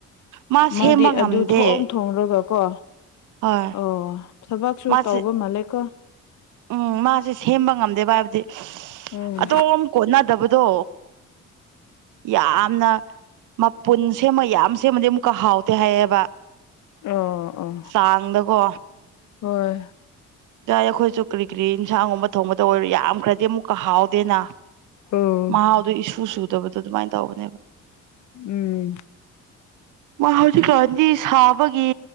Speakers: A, on the right (about 85°); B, on the left (about 70°).
A: ꯃꯥ ꯁꯦꯝꯕ
B: ꯃꯥꯗꯤ
A: ꯉꯝꯗꯦ
B: ꯑꯗꯨ ꯊꯣꯛꯑꯝ ꯊꯣꯂꯒ ꯀꯣ
A: ꯍꯣꯏ
B: ꯑꯣ ꯊꯕꯛꯁꯨ
A: ꯃꯥꯁꯦ
B: ꯇꯧꯕ ꯃꯥꯜꯂꯦꯀꯣ
A: ꯎꯝ ꯃꯥꯁꯦ ꯁꯦꯝꯕ ꯉꯝꯗꯦꯕ ꯍꯥꯏꯕꯗꯤ
B: ꯎꯝ
A: ꯑꯗꯣꯝ ꯀꯣꯟꯅꯗꯕꯗꯣ ꯌꯥꯝꯅ ꯃꯄꯨꯟ ꯁꯦꯝꯃ ꯌꯥꯝ ꯁꯦꯝꯃꯗꯤ ꯑꯃꯨꯛꯀ ꯍꯥꯎꯇꯦ ꯍꯥꯏꯌꯦꯕ
B: ꯑꯣ ꯑꯣ
A: ꯆꯥꯡꯗꯀꯣ
B: ꯍꯣꯏ
A: ꯏ ꯑꯩꯈꯣꯏꯁꯨ ꯀꯔꯤ ꯀꯔꯤ ꯏꯟꯁꯥꯡꯒꯨꯝꯕ ꯊꯣꯡꯕꯗ ꯑꯣꯏꯔꯣ ꯌꯥꯝꯈ꯭ꯔꯗꯤ ꯑꯃꯨꯛꯀ ꯍꯥꯎꯗꯦꯅ
B: ꯎꯝ
A: ꯃꯍꯥꯎꯗꯣ ꯏꯁꯨ ꯁꯨꯗꯕꯗꯣ ꯑꯗꯨꯃꯥꯏꯅ ꯇꯧꯕꯅꯦꯕ
B: ꯎꯝ
A: ꯃꯥ ꯍꯧꯖꯤꯛꯀꯗꯤ ꯁꯥꯕꯒꯤ